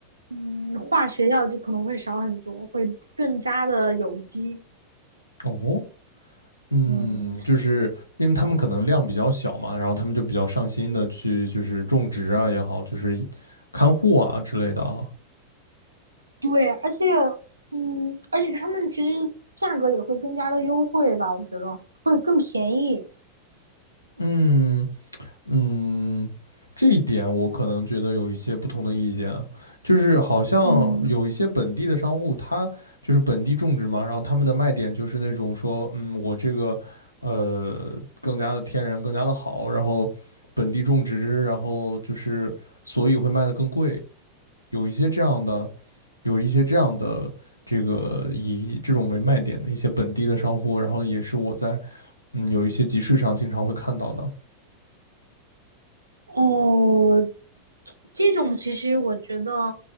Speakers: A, on the right; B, on the left.
A: 嗯化学药剂可能会少很多，会更加的有机。
B: 哦，嗯，
A: 嗯，
B: 就是因为他们可能量比较小嘛，然后他们就比较上心的去就是种植啊也好，就是看护啊之类的啊。
A: 对，而且嗯，而且他们其实价格也会更加的优惠吧，我觉得会更便宜。
B: 嗯嗯，这一点我可能觉得有一些不同的意见啊就是好像有一些本地的商户，
A: 嗯，
B: 他就是本地种植嘛，然后他们的卖点就是那种说，嗯，我这个呃更加的天然，更加的好，然后本地种植，然后就是所以会卖的更贵。有一些这样的，有一些这样的这个以这种为卖点的一些本地的商户，然后也是我在嗯有一些集市上经常会看到的。
A: 哦，这种其实我觉得